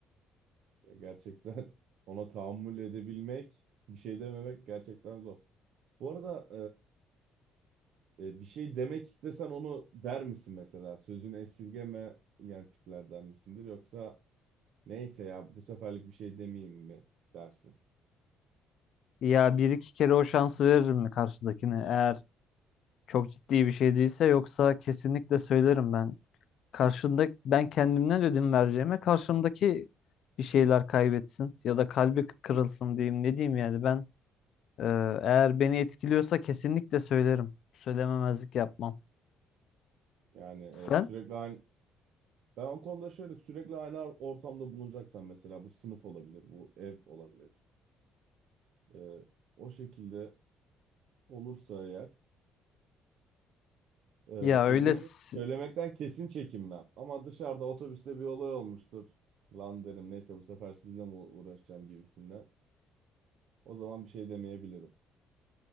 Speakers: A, on the right; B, on the left.
A: Ya gerçekten <laughs> ona tahammül edebilmek, bir şey dememek gerçekten zor. Bu arada e, e, bir şey demek istesen onu der misin mesela? Sözünü esirgeme yani tiplerden misindir yoksa neyse ya bu seferlik bir şey demeyeyim mi dersin?
B: Ya bir iki kere o şansı veririm mi karşıdakine? Eğer çok ciddi bir şey değilse yoksa kesinlikle söylerim ben. Karşında ben kendimden ödün vereceğime karşımdaki bir şeyler kaybetsin ya da kalbi kırılsın diyeyim ne diyeyim yani ben Ee, eğer beni etkiliyorsa kesinlikle söylerim. Söylememezlik yapmam.
A: Yani e,
B: Sen?
A: sürekli aynı ben o konuda şöyle sürekli aynı ortamda bulunacaksam mesela bu sınıf olabilir, bu ev olabilir. E, o şekilde olursa eğer Ee,
B: Ya
A: sözümü
B: öyle s-
A: söylemekten kesin çekinmem. Ama dışarıda otobüste bir olay olmuştur. Lan derim neyse bu sefer sizle mi uğraşacağım gibisinden. O zaman bir şey demeyebilirim.